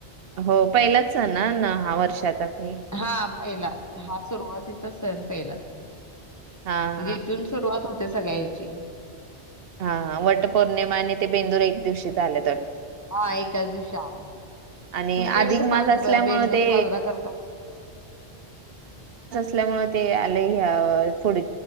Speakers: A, on the right; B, on the left.
A: हो. पहिलाच सण न ना हा वर्षाचा काही
B: हा. पहिला, हा सुरुवातीचा सण पहिलाच
A: हा हा
B: जिथून सुरुवात हो त्या सगळ्याची
A: हा वट पौर्णिमा आणि ते बेंदूर एक दिवशी चालेत.
B: हा एकाच दिवशी आहे.
A: आणि
B: तुमच्याकडे
A: अधिक
B: कस
A: मास असल्यामुळे
B: बेंदूर
A: ते
B: साजरा करतात?
A: त्यामुळे ते आले ह्या पुढ